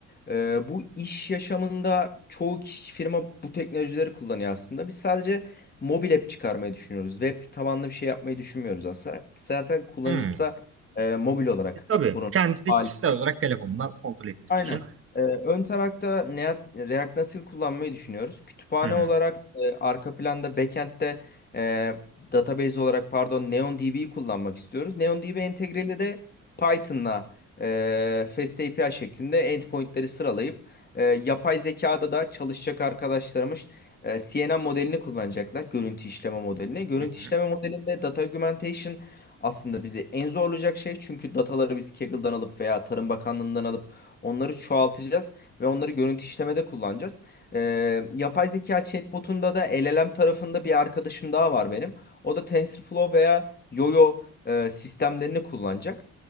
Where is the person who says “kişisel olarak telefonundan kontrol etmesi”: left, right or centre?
Right